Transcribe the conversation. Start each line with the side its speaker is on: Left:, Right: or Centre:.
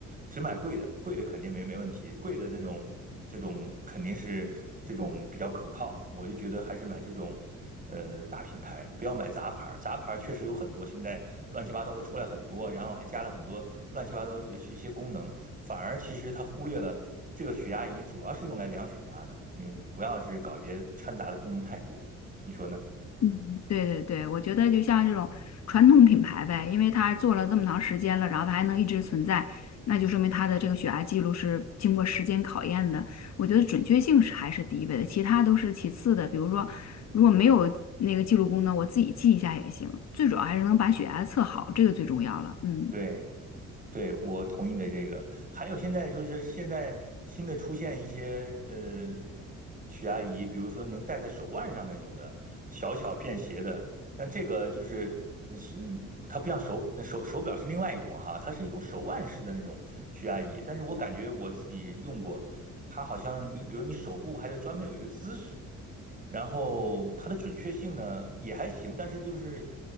Right: 只买贵的，贵的肯定没没问题，贵的那种这种肯定是这种比较可靠。我就觉得还是买这种呃大品牌，不要买杂牌儿。杂牌儿确实有很多，现在乱七八糟的出来很多，然后还加了很多乱七八糟的一些功能，反而其实它忽略了这个血压仪主要是用来量血压的。你不要是搞一些掺杂的功能太多，你说呢？
Left: 嗯，对对对，我觉得就像这种传统品牌呗，因为它做了这么长时间了，然后它还能一直存在，那就说明它的这个血压记录是经过时间考验的。我觉得准确性是还是第一位的，其他都是其次的。比如说，如果没有那个记录功能，我自己记一下也行，最主要还是能把血压测好，这个最重要了。嗯。
Right: 对。对，我同意你的这个。还有现在就是现在新的出现一些呃血压仪，比如说能戴在手腕上那种的，小巧便携的。但这个就是嗯是它不像手手手表是另外一种哈，它是一种手腕式的那种血压仪。但是我感觉我自己用过，它好像你比如你手部还得专门有一个姿势，然后它的准确性呢也还行，但是就是